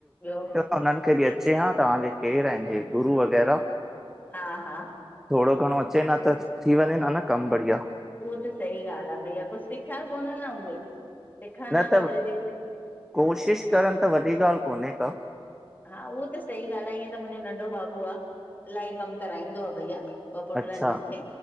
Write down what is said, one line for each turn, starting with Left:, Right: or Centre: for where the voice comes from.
Left: ॿियो।
Centre: हुनन खे बि अचे हा तव्हांजे केर आहिन हे गुरु वग़ैरह।
Left: हा हा
Centre: थोड़ो घणो अचेन त थी वनयेन कम बढ़िया
Left: उहो त सही ॻाल्हि आ भैया कुछ सिखया कोन न उहे। सिखनि
Centre: न
Left: हा
Centre: त
Left: वरी दि
Centre: कोशिश करन त वॾी ॻाल्हि कोन्हे का।
Left: हा उहो त सही ॻाल्हि आहे ईअं त मुंहिंजो नंढो बाबू आहे र्इलाही कम कराईंदो आहे भईया। ॿ पुट
Centre: अच्छा
Left: आहिन मूंखे